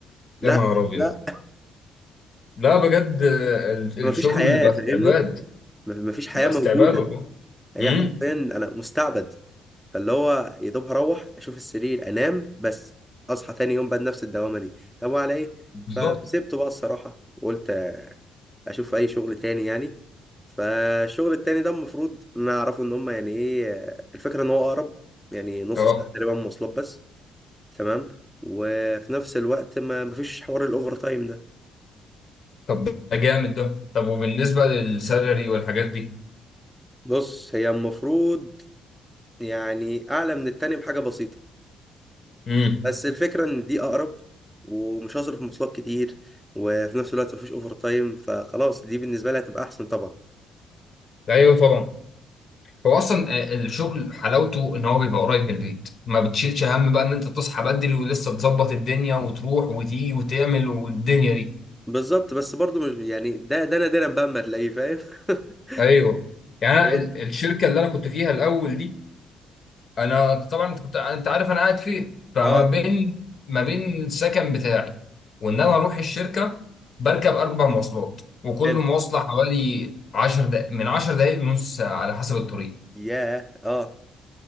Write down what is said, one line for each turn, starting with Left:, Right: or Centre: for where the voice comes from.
Centre: لا
Left: يا نهار ابيض
Centre: لا
Left: لا بجد آه، ال-
Centre: فمفيش
Left: الشغل
Centre: حياة
Left: بقى
Centre: فاهمني
Left: استعباد
Centre: مف- مفيش حياة
Left: بقى استعباد
Centre: موجودة
Left: والله
Centre: هي
Left: امم
Centre: حرفيا انا مستعبد فاللي هو يا دوب هروح اشوف السرير انام بس اصحى تاني يوم بقى نفس الدوامه دي طب وعلى ايه
Left: بالظبط
Centre: ف- فسيبته بقى الصراحه وقلت آه، اشوف اي شغل تاني يعني فالشغل التاني ده المفروض نعرفه ان هم يعني ايه آه، الفكره ان هو اقرب يعني نص
Left: اه
Centre: ساعه تقريبا مواصلات بس تمام وفي نفس الوقت ما مفيش حوار الاوفر تايم ده
Left: طب ده جامد ده طب وبالنسبة للسالري والحاجات دي
Centre: بص هي المفروض يعني اعلى من التاني بحاجه بسيطه
Left: امم
Centre: بس الفكرة إن دي أقرب ومش هصرف مواصلات كتير وفي نفس الوقت مفيش أوفر تايم فخلاص دي بالنسبة لي هتبقى أحسن طبعا
Left: ايوه طبعا هو اصلا آه، الشغل حلاوته ان هو بيبقى قريب من البيت ما بتشيلش هم بقى ان انت تصحى بدري ولسه تظبط الدنيا وتروح وتيجي وتعمل والدنيا دي
Centre: بالظبط بس برضو مش يعني ده ده نادرا بقى أما تلاقيه فاهم <laughs>
Left: ايوه يعني
Centre: اللي
Left: أنا
Centre: هو-
Left: ال- الشركة اللي انا كنت فيها الاول دي انا طبعا انت كنت انت عارف انا قاعد فين فما
Centre: اه
Left: بين ما بين السكن بتاعي وان انا اروح الشركه بركب اربع مواصلات وكل
Centre: حلو
Left: مواصله حوالي 10 دقائق من 10 دقائق لنص ساعه على حسب الطريق
Centre: ياه اه